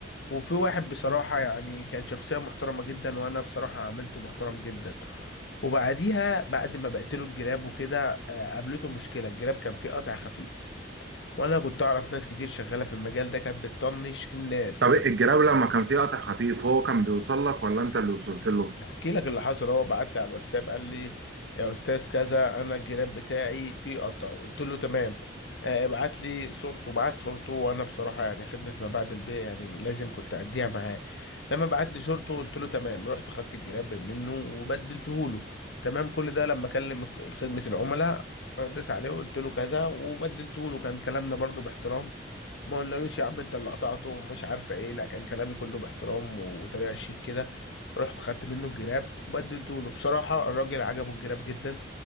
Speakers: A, on the left; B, on the right.
A: وفي واحد بصراحة يعني كان شخصية محترمة جدا وأنا بصراحة عملته محترم جدا وبعديها بعد ما بقتله الجراب وكده آه، قابلته مشكلة الجراب كان فيه قطع خفيف وأنا كنت أعرف ناس كتير شغالة في المجال ده كانت بتطنش الناس
B: طب الجراب لما كان فيه قطع خفيف هو كان بيوصل لك ولا انت اللي وصلت له
A: احكي لك اللي حصل هو بعت لي على الواتساب قال لي يا استاذ كذا انا الجراب بتاعي فيه قطع قلت له تمام آه، ابعت لي صورته بعت صورته وانا بصراحه يعني خدمه ما بعد البيع يعني لازم كنت اديها معاه لما بعت لي صورته قلت له تمام رحت خدت الجراب منه وبدلته له تمام كل ده لما اكلم خدمه العملاء رديت عليه وقلت له كذا وبدلته له كان كلامنا برضو باحترام ما قلنالوش يا عم انت اللي قطعته ومش عارفه ايه لا كان كلامي كله باحترام وطريقه شيك كده رحت خدت منه الجراب وبدلته له بصراحة الراجل عجبه الجراب جدا